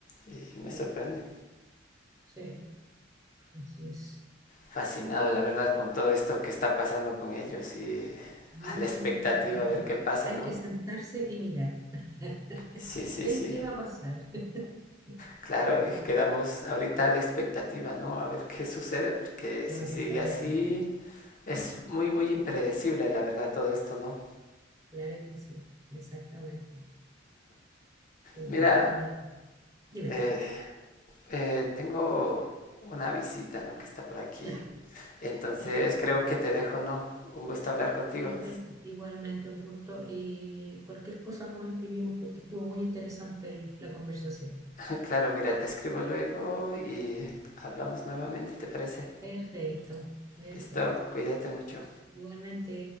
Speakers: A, on the left (about 45°); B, on the right (about 15°).
A: y me
B: Sí,
A: sorprende.
B: sí, así es.
A: Fascinado, la verdad, con todo esto que está pasando con ellos y
B: Y
A: a la expectativa
B: bueno,
A: a ver
B: es que
A: qué pasa,
B: hay
A: ¿no?
B: que sentarse y mirar. <laughs>
A: Sí, sí,
B: Ver
A: sí.
B: qué va a pasar. <laughs>
A: Claro,
B: ¿Qué
A: quedamos ahorita a la expectativa, ¿no? A ver qué sucede, porque
B: va
A: si
B: a
A: sigue
B: pasar
A: así,
B: después?
A: es muy, muy impredecible, la verdad, todo esto, ¿no?
B: Claro que sí, exactamente. Bueno,
A: Mira,
B: están en- Dime,
A: eh, eh, tengo una visita, ¿no? Que está por aquí.
B: ya,
A: Entonces
B: perfecto.
A: creo que te dejo, ¿no? Un gusto hablar contigo.
B: Perfecto, igualmente un gusto y cualquier cosa nos escribimos porque estuvo muy interesante el- la conversación.
A: <laughs> Claro, mira, te escribo luego y hablamos nuevamente, ¿te parece?
B: Perfecto, perfecto.
A: Listo, cuídate mucho.
B: Igualmente.